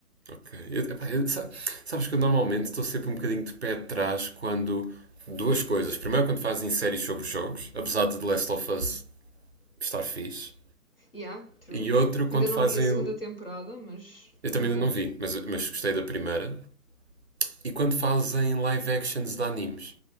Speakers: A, on the right (about 45°); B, on the left (about 40°).
A: Ok. Eu- epá, eu- sa- sabes que eu normalmente estou sempre um bocadinho de pé atrás quando. Duas coisas. Primeiro, quando fazem séries sobre jogos, apesar de The Last of Us estar fixe.
B: Yeah, true.
A: E outro, quando
B: Ainda
A: fazem.
B: não vi a segunda temporada, mas
A: Eu também
B: vou
A: ainda
B: ver.
A: não vi, mas, mas gostei da primeira. E quando fazem live actions de animes.